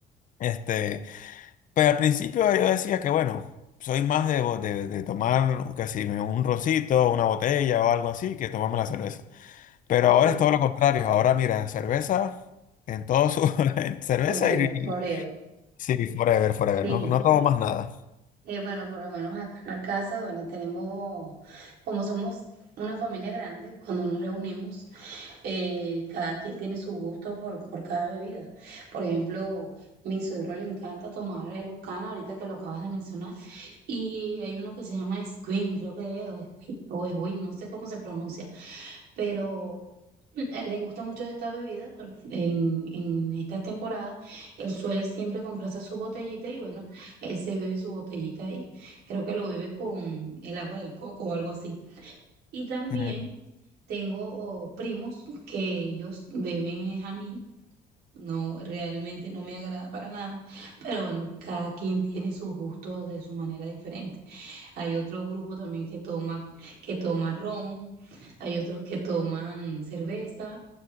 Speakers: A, on the left; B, on the right.
A: este... Pero al principio yo decía que, bueno, soy más de, bo- de, de tomar casi un rosito, una botella o algo así, que tomarme la cerveza. Pero
B: Sí,
A: ahora es todo lo contrario. Ahora, mira, cerveza en todo su... <laughs> en cerveza
B: Forever,
A: y... y-
B: forever.
A: Sí, forever, forever.
B: Sí.
A: No, no tomo más nada.
B: Eh, bueno, por lo menos acá en la casa, bueno, tenemos, como somos una familia grande, cuando nos reunimos, eh, cada quien tiene su gusto por, por cada bebida. Por ejemplo, mi suegro le encanta tomar el Bucana, ahorita que lo acabas de mencionar, y hay uno que se llama Squin, creo que es, o Squin, o Squin, no sé cómo se pronuncia, pero mm, eh, le gusta mucho esta bebida por- en, en estas temporadas. Él suele siempre comprarse su botellita y bueno, él se bebe su botellita ahí. Creo que lo bebe con el agua del coco o algo así. Y también...
A: Mm.
B: Tengo primos que ellos beben es anís. No, realmente no me agrada para nada. Pero bueno, cada quien tiene sus gustos de su manera diferente. Hay otro grupo también que toma, que toma ron, hay otros que toman cerveza.